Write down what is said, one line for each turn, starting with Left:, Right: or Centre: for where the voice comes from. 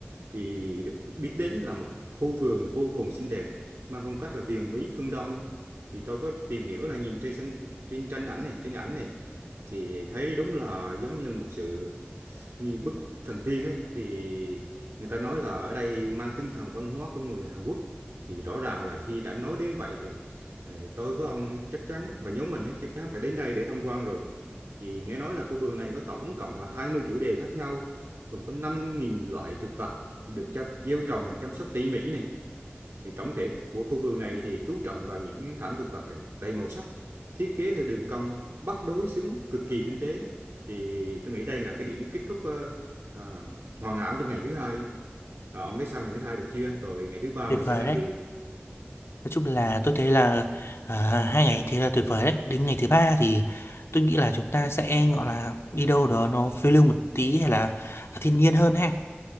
Right: thì được biết đến là một khu vườn vô cùng xinh đẹp mang phong cách là huyền bí phương Đông thì tôi có tìm hiểu là nhìn trên sân trên tranh ảnh này trên ảnh này thì thấy đúng là giống như là một sự như bức thần tiên ấy thì người ta nói là ở đây mang tinh thần văn hóa của người Hàn Quốc thì rõ ràng là khi đã nói đến vậy thì ờ, tôi với ông chắc chắn và nhóm mình ấy chắc chắn phải đến đây để tham quan rồi thì nghe nói là khu vườn này có tổng cộng là 20 chủ đề khác nhau, gồm có 5.000 loại thực vật được cho gieo trồng chăm sóc tỉ mỉ này. Thì tổng thể của khu vườn này thì chú trọng vào những thảm thực vật này, đầy màu sắc, thiết kế theo đường cong, bắt đối xứng cực kỳ tinh tế. Thì tôi nghĩ đây là cái điểm kết thúc ờ, ờ, hoàn hảo cho ngày thứ hai. Ờ, ông thấy sao ngày thứ hai được chưa? Rồi ngày thứ ba
Left: Tuyệt
Right: mình sẽ
Left: vời
Right: làm
Left: đấy.
Right: gì?
Left: Nói chung là tôi thấy là à, hai ngày thế là tuyệt vời đấy. Đến ngày thứ ba thì tôi nghĩ là chúng ta sẽ gọi là đi đâu đó nó phiêu lưu một tí hay là thiên nhiên hơn ha.